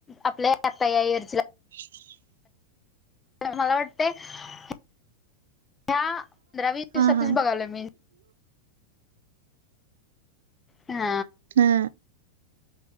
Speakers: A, on the left; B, on the right.
A: आपल्या आता यार
B: ह
A: मला वाट ह्या पंधरा वीस दिवसातच
B: हां, हां.
A: बघाल मी हा
B: हा